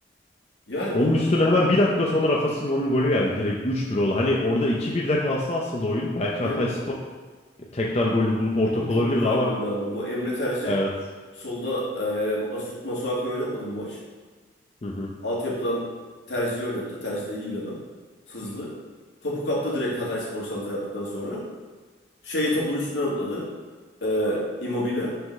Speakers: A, on the left; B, on the left.
A: Yani
B: Onun
A: ondan
B: üstüne
A: sonra
B: hemen bir dakika sonra Rafa Silva'nın golü geldi. Direkt üç bir oldu. Hani orada iki 1 de kalsa aslında oyun belki
A: aynen.
B: Hatayspor tekrar golü bulup ortak
A: Çok
B: olabilirdi
A: çok güzel
B: ama
A: goldü ama. Bu Emre Terzi
B: Evet.
A: solda e, Mas Masuaku'yu oynatmadı bu maç.
B: Hı hı.
A: Altyapıdan Terzi'yi oynattı. Terzi de iyi bir adam. Hızlı. Topu kaptı direkt Hatayspor santra yaptıktan sonra. Şeyi topun üstünden atladı. E, Immobile.